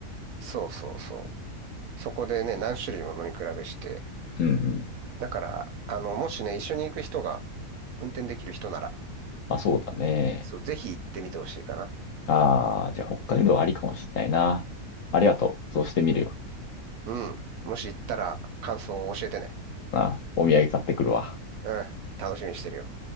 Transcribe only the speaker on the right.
そうそうそう。そこでね、何種類も飲み比べして。
だから、あの、もしね、一緒に行く人が運転できる人なら、
そう、ぜひ行ってみてほしいかな。
うん。もし行ったら感想を教えてね。
うん。楽しみにしてるよ。